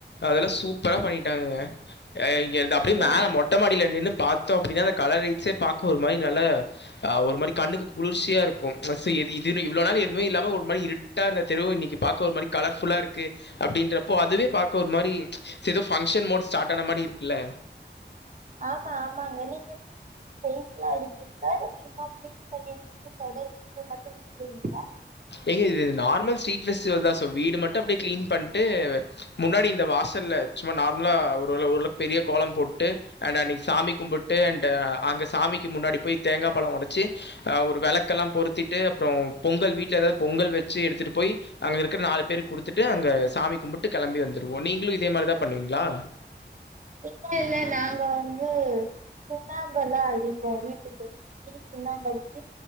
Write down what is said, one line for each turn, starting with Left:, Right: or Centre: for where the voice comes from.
Left: அதெல்லா சூப்பரா பண்ணிட்டாங்கங்க அ இங்க இருந்து அப்டியே
Right: சேரி
Left: மேல மொட் டமாடில நின்னு பாத்தோ அப்டின்னா அந்த கலர் லைட்ஸே பாக்க ஒரு மாரி நல்ல ஆ ஒரு மாரி கண்ணுக்கு குளிர்ச்சியா இருக்கும் அ சே இது இதுனு இவ்ளோ நாள் எதுவுமே இல்லாம ஒரு மாரி இருட்டா இருந்த தெருவு இன்னைக்கு பாக்க ஒரு மாரி கலர் ஃபுல்லா இருக்கு அப்டின்றப்போ அதுவே பாக்க ஒரு மாரி செதோ ஃபங்க்ஷன் மோ ஸ்டார்ட் ஆன மாரி இருக்குல்ல
Right: ஆமா ஆமாங்க நீங்க எப்டி வீட்டுக்கு பெயிண்ட்லா அடிப்பீங்களா இல்ல சும்மா க்ளீன் பண்ணி இல்ல தொடர்ச்சிட்டு மட்டு விட்ருவீங்களா
Left: ஏங்க இது நார்மல் ஸ்ட்ரீட் ஃபெஸ்டிவல் தா சோ வீடு மட்டு அப்டியே கிளீனீ பண்ட்டு முன்னாடி இந்த வாசல்ல சும்மா நார்மலா ஒருவள ஓரளவு பெரிய கோலம் போட்டு அண்ட் அன்னைக்கு சாமி கும்புட்டு அண்டு அங்க சாமிக்கு முன்னாடி போய் தேங்கா பழோ ஒடச்சு அ ஒரு விளக்கெல்லா பொருத்திட்டு அப்றோ பொங்கல் வீட்ல ஏதா பொங்கல் வச்சு எடுத்துட்டு போய் அங்க இருக்கிற நாலு பேரு குடுத்துட்டு அங்க சாமி கும்புட்டு கெளம்பி வந்துருவோ நீங்களு இதே மாரிதா பண்ணுவீங்களா
Right: இல்ல இல்ல நாங்க வந்து சுண்ணாம்பெல்லா அடிப்போ வீட்டுக்கு சி சுண்ணாம்படிச்சி